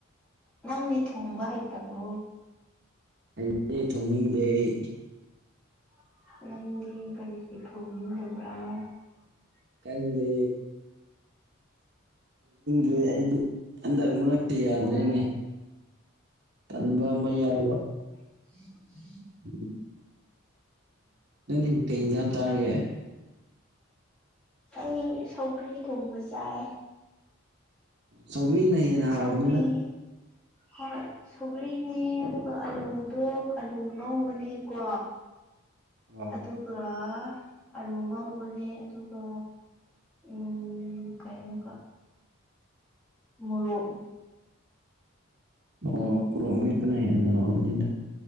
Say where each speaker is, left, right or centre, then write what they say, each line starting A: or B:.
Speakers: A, in the centre; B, on the right (about 50°).
A: ꯅꯪꯗꯤ ꯊꯣꯡꯕ ꯍꯩꯇꯕꯣ
B: ꯑꯩꯗꯤ ꯊꯣꯡꯅꯤꯡꯗꯦ ꯑꯩ
A: ꯑꯩ ꯀꯔꯤꯁꯤ ꯊꯕ
B: ꯀꯪꯗꯦ ꯔꯤ ꯑꯩꯗꯤꯗ ꯃ ꯤ ꯌꯥꯗꯣꯏꯅꯦ
A: ꯊꯣꯡ
B: ꯇꯟꯕ ꯑꯃ ꯌꯥꯎꯕ
A: ꯍ
B: <inaudible> ꯅꯪꯗꯤ ꯀꯩ ꯏꯟꯖꯥꯡ ꯇꯥꯔꯒꯦ
A: ꯑꯩ ꯁꯧꯀ꯭ꯔꯤ ꯊꯣꯡꯕ ꯆꯥꯏ
B: ꯁꯧꯒ꯭ꯔꯤꯅ ꯍꯦꯟꯅ ꯍꯥꯎꯕꯅꯤꯅ
A: ꯁꯧꯒ꯭ꯔꯤ ꯍꯣꯏ ꯁꯕꯩꯅꯦ ꯑꯗꯨꯒ ꯑꯂꯨꯗꯣ ꯑꯂꯨ ꯉꯧꯕꯅꯦꯀꯣ
B: ꯑꯣ
A: ꯑꯗꯨꯒ ꯑꯂꯨ ꯉꯧꯕꯅꯦ ꯑꯗꯨꯒ ꯎꯝ ꯀꯩꯉꯒ ꯃꯔꯣ
B: ꯑꯣ ꯔꯣ ꯀꯅꯥꯅꯅꯤꯗ